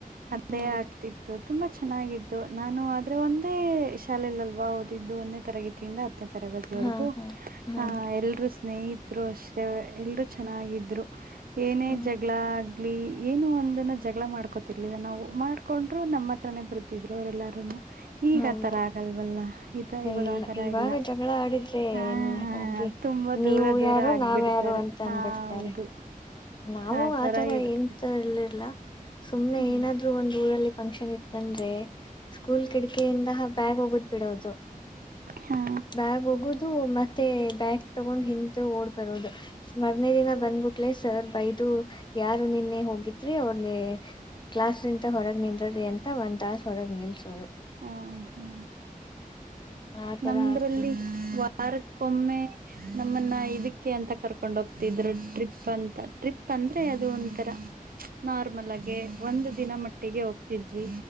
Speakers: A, on the right (about 75°); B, on the left (about 30°).
A: ಅಂದೇ
B: ಹೌದು
A: ಆಗ್ತಿತ್ತು ತುಂಬಾ ಚೆನ್ನಾಗಿದ್ದು ನಾನು ಆದ್ರೆ ಒಂದೇ ಶಾಲೆಯಲ್ಲಿಲ್ವಾ ಒಂದೇ ತರಗತಿಯಿಂದ ಹತ್ತನೇ ತರಗತಿವರೆಗೂ
B: ಹಾ ಹಾ ಹಾ
A: ಹ ಎರುೂ ಸ್ನೇಹಿತರು ಅಷ್ಟೇ ಎಲ್ರೂ ಚೆನ್ನಾಗಿದ್ರು ಏನೇ
B: ಹಾ
A: ಜಗಳ ಗ್ಲಿ ಏನು ಒಂದನ್ನ ಜಗಳ ಮಾಡ್ಕೊತಿರ್ಲಿಲ್ಲ ನಾವು ಮಾಡ್ಕೊಂಡ್ರು ನಮ್ಮ ಹತ್ರನೇ ಬರ್ತಿದ್ರು ಅವರೆ ಎಲ್ಲಾರನು ಈಗ
B: ಹೌದು
A: ಆ ತರ ಆಗಲ್ವಲ್ಲ ಇದ ಇವಾಗ
B: ಇಲ್ಲ
A: ಆತರ
B: ಇವಾಗ
A: ಇಲ್ಲ
B: ಜಗಳ ಆಡಿದ್ರೆ
A: ಹಾ
B: ಹೋಗಿ
A: ತುಂಬಾ
B: ನೀವು
A: ದೂರ ದೂರ
B: ಯಾರು
A: ಆಗ್ಬಿಡ್ತಾರೆ
B: ನಾವ್ಯಾರು ಅಂತ
A: ಹಾ
B: ಅಂದಬಿಡ್ತಾರೆ
A: ಹೌದು
B: ನಾವು
A: ಆ ತರ
B: ಆತರ
A: ಇರ್ತದೆ
B: ಏಂತ ಇರ್ಲ್ಲಿಲ್ಲ ಸುಮ್ನೆ
A: ಹ್ಮ್
B: ಏನಾದ್ರು ಒಂದ್ ಊರಲ್ಲಿ ಫಂಕ್ಷನ್ ಇತ್ತಂದ್ರೆ ಸ್ಕೂಲ್ ಕಿಡಿಕೆಯಿಂದಹ ಬ್ಯಾಗ್ ಹೋಗದ್ ಬಿಡೋದು
A: ಹಾ
B: ಬ್ಯಾಗ್ ಹೋಗುದು ಮತ್ತೆ ಬ ಕ್ ತಗೊಂಡ್ ಹಿಂದ ಓಡ್ಬರೋದು ಮ್ಮರ್ನೆ ದಿನ ಬಂದ್ಬಿಟ್ಲೆ ಸರ್ ಬೈದು ಯಾರು ನಿನ್ನೆ ಹೋಗಿದ್ರಿ ಅವ್ರ ಕ್ಲಾಸ್ ನಿಂತ ಹೊರಗೆ ನಿಂದ್ರ ಎಂತ ಒಂದ ತಾಸ ಹೊರಗೆ ನಿಲ್ಸೋರು
A: ಹಾ ಹಾ
B: ಆತರ
A: ನಮ್ದ್ರಲ್ಲಿ
B: ಆಗ್ತಿತ್ತು
A: ವಾರಕ್ಕೊಮ್ಮೆ ನಮ್ಮನ್ನ ಇದಕ್ಕೆ ಅಂತ ಕರ್ಕೊಂಡ ಹೋಗ್ತಿದ್ರು ಟ್ರಿಪ್ ಅಂತ ಟ್ರಿಪ್ ಬಂದ್ರೆ ಅದು ಒಂಥರ ನಾರ್ಮಲ್ ಆಗೆ ಒಂದ ದಿನ ಮಟ್ಟಿಗೆ ಹೋಗ್ತಿದ್ವಿ